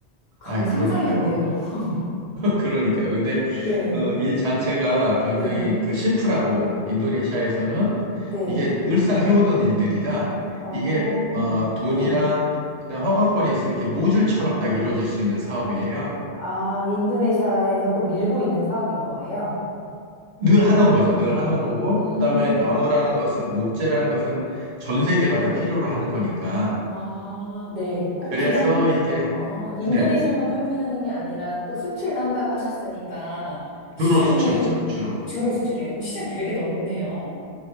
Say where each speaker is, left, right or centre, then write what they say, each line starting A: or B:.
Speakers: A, on the left; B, on the right.
A: 감히
B: 아이, 그러니까요.
A: 상상이 안 돼요. <laughs>
B: 그러니까요. 근데
A: 네,
B: 어, 일 자체가 굉장히
A: 네,
B: 그 심플하고 인도네시아에서는
A: 네.
B: 이게 늘상 해오던 일들이라
A: 어,
B: 이게 어, 돈이랑
A: 네.
B: 그다음 허가권이 있으면 이렇게 모듈처럼 딱 이루어질 수 있는 사업이에요.
A: 아, 인도네시아에서 또 밀고 있는 사업인 거예요?
B: 늘 하던 거죠. 늘 하던 거고
A: 음,
B: 그다음에 나무라는 것은 목재라는 것은 전 세계가 다 필요로 하는 거니까
A: 아, 네. 꼭
B: 그래서
A: 비단,
B: 이게
A: 어, 인도네시아만
B: 네
A: 판매하는 게 아니라 또 수출도 한다고 하셨으니까 시장이
B: 주로 수출이죠. 주로.
A: 주로 수출이에요? 그럼 시장 되게 넓네요.